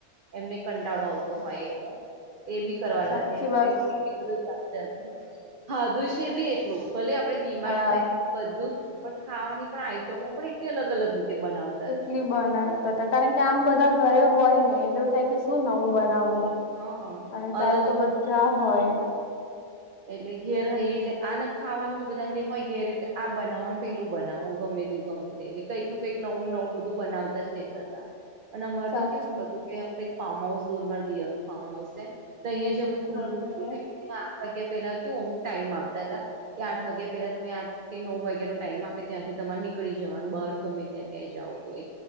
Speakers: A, on the right; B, on the left.
A: એમને કંટાળો આવતો હોય એટલે એ બી કરવા
B: સાચી
A: લાગે
B: વાત
A: એ. ખાધું છે બી એટલું ભલે આપડે બીમાર
B: હા
A: થાય. બધું પણ ખાવાની પણ આઈટમો પણ એટલી અલગ અલગ રીતે બનાવ.
B: ઈટલી બનાવીતા હતા કારણ કે આમ બધા ઘરે હોય ને. એવું થાય કે શું નવું બનાવવું
A: હા.
B: અને ત્યારે
A: અલગ
B: તો
A: અલગ
B: બધા હોય.
A: એટલે ઘેર હઈ એટલે આને ખાવાનું જ બધા ન હોય ઘેર એટલે આ બનાવવાનું પેલું બનાવો ગમે તે ગમે તે. એટલે કંઈક ન કંઈક નવું નવું બધું બનાવતા જ રેતા તા. અને અમાર
B: સાચી
A: તો કેવું હતું કે અ એક ફાર્મ હાઉસ દુરમા દિયર નું ફાર્મ હાઉસ છે તો અહીં જ અમે.
B: બરોબર.
A: ખુલ્લું આઠ વાગ્યા પેલા કેવું અમુક ટાઈમ આપતા હતા કે આઠ વાગ્યા પેલા તમે આ કે નવ વાગ્યાનો ટાઈમ આપે ત્યાંથી તમારે નીકળી જવાનું બહાર ગમે ત્યાં ક્યાં જાવું તોય.